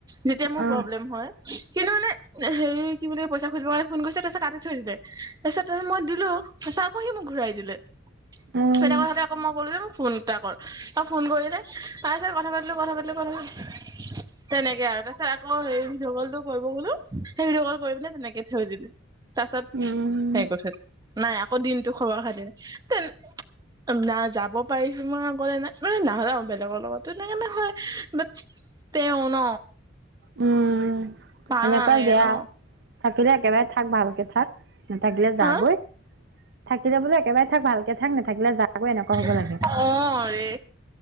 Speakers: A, on the right (about 20°); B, on the right (about 55°).
A: যেতিয়া মোৰ
B: অ
A: প্ৰব্লেম হয় কিন্তু মানে হেৰি কি বুলি পইচা খুজিবৰ কাৰণে ফোন কৰিছে তাপিছত কাটি থৈ দিলে তাপিছত ত মই দিলো তাপিছত আকৌ সি মোক ঘুৰাই দিলে
B: উম
A: সেইটা কথাতে আকৌ মই কলো ফোন এটা কৰ ত ফোন কৰিলে আছে কথা পাতিলো কথা পালতিলো কথা পা তেনেকে আৰু। তাৰ পিছত আকৌ সেই ভিডিঅ' কলটো কৰিব কলো সেই ভিডিঅ' কল কৰি পেলাই তেনেকে থৈ দিলো। তাৰ পিছত
B: উম
A: হে কৈ থৈ দিলো। নাই আকৌ দিনটো খবৰ খাতি না তে না যাব পাৰিছো মই আগলে না মানে নাযাওঁ বেলেগৰ লগতো তেনেকে নহয় বাট তেওঁ ন
B: উম
A: ভাল
B: এনেকুৱা
A: নালাগে
B: বেয়া
A: ন
B: থাকিলে একেবাৰে থাক ভালকে থাক। নাথাকিলে যাগৈ
A: হা
B: থাকিলে বোলো একেবাৰে থাক ভালকে থাক নাথাকিলে যাগৈ এনেকুৱা হ'ব
A: অ
B: লাগে
A: ৰে